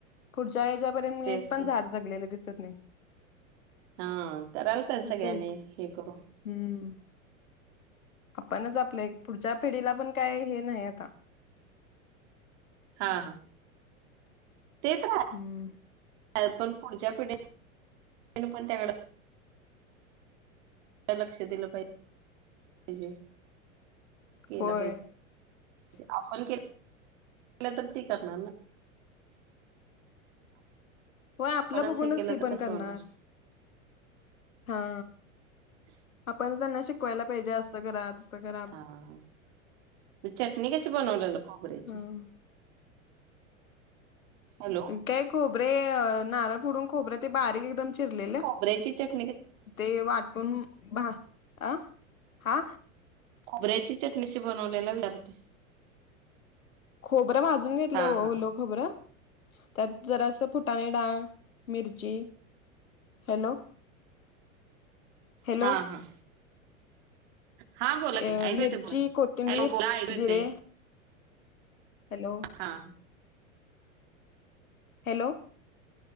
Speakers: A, on the left; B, on the right.
A: पुढच्या ह्याच्यापर्यंत मी
B: तेच
A: एक पण
B: की
A: झाड जगलेलं दिसत नाही.
B: हा, करायला पाहिजे
A: असं
B: सगळ्यांनी
A: होत
B: हे करून.
A: हम्म. आपणच आपल्या एक, पुढच्या पिढीला पण काय हे नाही आता.
B: हा हा. ते तर हाय.
A: हम्म.
B: तरीपण, पुढच्या पिढीनं पण त्याकडं लक्ष दिलं पाहिजे, केलं
A: होय
B: पाहिजे. आपण केलं, तर ते करणार ना?
A: होय, आपलं
B: आपणच
A: बघूनचं
B: हे केलं
A: ती
B: तर
A: पण
B: कसं
A: करणार.
B: होणार
A: हा. आपणचं त्यांना शिकवायला पाहिजे. असं करा, तसं करा.
B: हा चटणी कशी बनवलेलं खोबऱ्याची?
A: ह
B: हॅलो
A: काय खोबरे नारळ फोडून खोबरं ते बारीक एकदम चिरलेलं.
B: बऱ्याची चट
A: ते वाटून, भा, आ, आ?
B: खोबऱ्याची चटणी कशी बनवलेला विचारते?
A: खोबरं भाजून घेतलं
B: हा
A: ओ-ओलं
B: हा
A: खोबरं, त्यात जरासं फूट चणे डाळ, मिरची. हॅलो? हॅलो
B: हा. हा. हा बोला
A: ए
B: की ऐकू
A: मिर्ची,
B: येते बोला
A: कोथिंबीर,
B: हॅलो बोला ऐकू येते
A: जिरे हॅलो.
B: हां.
A: हॅलो.